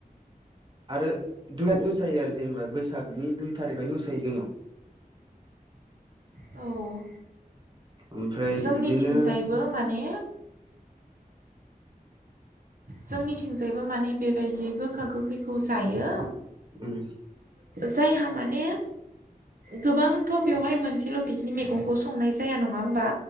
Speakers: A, on the right; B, on the right.
A: आरो बिदिनो मोसायो आरो जेनेबा बैसागनि दुइ थारिखानिफ्राय मोसायो जोंनाव
B: औ
A: ओमफ्राय
B: जोंनिथिंजायबो
A: इदिनो
B: माने जोंनिथिंजायबो माने बेबायदि गोखा-गोखैखौ जायो।
A: उम
B: जायहा माने गोबांथ' बेवहाय मोनसेल' बिकनि मैगंखौ संनाय जाया नङा होमबा?